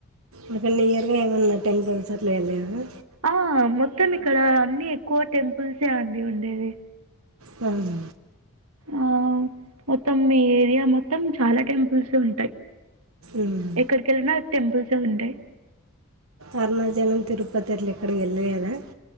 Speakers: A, on the right (about 70°); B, on the right (about 85°).
A: అక్కడ నియర్గా ఏమన్నా టెంపుల్స్ అట్లా ఏం లేవా
B: ఆ మొత్తం ఇక్కడ అన్ని ఎక్కువ టెంపుల్సే అండి ఉండేది
A: వందు
B: ఆ మొత్తం ఈ ఏరియా మొత్తం చాలా టెంపుల్స్ ఉంటాయి
A: ఉమ్.
B: ఎక్కడికి వెళ్ళినా టెంపుల్సే ఉంటాయి
A: అరుణాచలం తిరుపతి అట్లా ఎక్కడికి వెళ్లలేదా